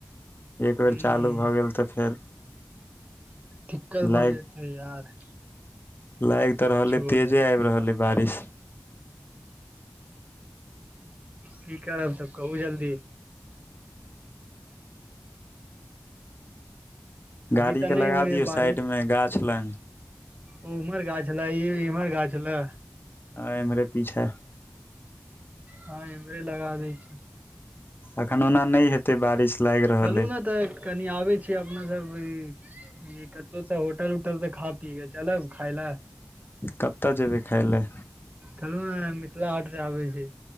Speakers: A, on the left; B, on the right.
A: एक बेर
B: हूं
A: चालू भऽ गेल तऽ फेर
B: दिक्कत भऽ
A: लाइफ
B: जेतै यार
A: लागि तऽ रहलै
B: छोड़
A: तेजे आबि रहल ऐ बारिश
B: की करब तब कहू जल्दी
A: गाड़ी
B: अभी तऽ
A: के
B: नहि
A: लगा
B: होइये
A: दियौ
B: बारिश
A: साइड मे गाछ लग
B: ओ उम्हर गाछ छले ई इम्हर गाछ छले
A: आ एम्हरे पीछा
B: हँ इम्हरे लगा दै छी
A: अखन ओना नै हेतै बारिश लागि रहल
B: चलू
A: अइ
B: ने तऽ कनि आबै छी अपना सब ई ई कतहुसँ होटल उटल से खा पीे के चलब खाय लऽ
A: कतऽ जेबै खाय लए
B: चलू नऽ आय मिथिला हाट सऽआबै छी